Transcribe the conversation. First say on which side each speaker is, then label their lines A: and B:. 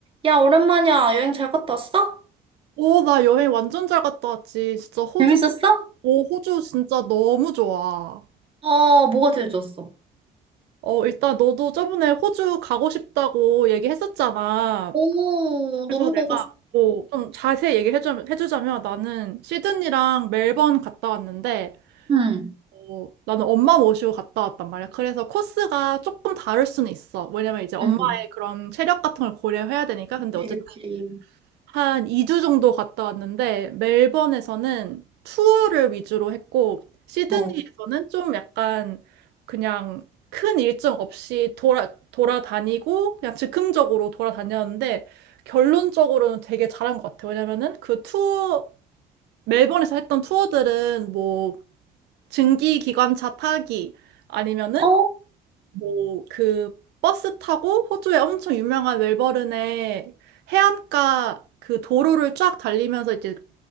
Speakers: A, on the right (about 30°); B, on the right (about 80°).
A: 야, 오랜만이야. 여행 잘 갔다 왔어?
B: 오, 나 여행 완전 잘 갔다 왔지. 진짜 호주,
A: 재밌었어?
B: 오, 호주 진짜 너무 좋아.
A: 어, 뭐가 제일 좋았어?
B: 어, 일단 너도 저번에 호주 가고 싶다고 얘기했었잖아.
A: 오,
B: 그래서
A: 너무
B: 내가
A: 가고 싶어.
B: 어, 좀 자세히 얘기해주자면, 해주자면 나는 시드니랑 멜번 갔다 왔는데,
A: 응,
B: 어, 나는 엄마 모시고 갔다 왔단 말이야. 그래서 코스가 조금 다를 수는 있어. 왜냐면 이제 엄마의
A: 응,
B: 그런 체력 같은 걸 고려해야 되니까. 근데
A: 그치,
B: 어쨌든
A: 그치.
B: 한 2주 정도 갔다 왔는데 멜번에서는 투어를 위주로 했고 시드니에서는
A: 어,
B: 좀 약간 그냥 큰 일정 없이 돌아 돌아다니고 그냥 즉흥적으로 돌아다녔는데 결론적으로는 되게 잘한 것 같아요. 왜냐면은 그 투어 멜번에서 했던 투어들은 뭐 증기 기관차 타기 아니면은
A: 어,
B: 뭐 그 버스 타고 호주의 엄청 유명한 멜버른의 해안가 그 도로를 쫙 달리면서 이제